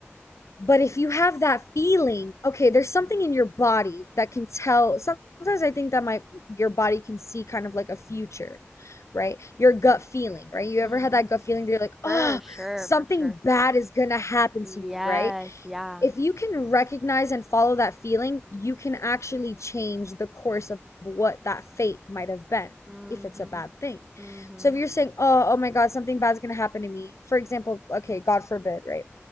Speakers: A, on the left; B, in the centre.
A: But if you have that feeling, okay, there's something in your body that can tell. Sometimes I think that my your body can see kind of like a future, right? Your gut feeling, right? You ever
B: Mm-hmm.
A: had that gut feeling that you're like,
B: For
A: oh,
B: sure,
A: something
B: for sure.
A: bad is gonna happen
B: Yes,
A: to me, right?
B: yeah.
A: if you can recognize and follow that feeling, you can actually change the course of what that fate might have been
B: Mm-hmm.
A: if it's a bad thing.
B: Mm-hmm.
A: So if you're saying, "Oh, oh my God, something bad's gonna happen to me," for example, okay, God forbid, right?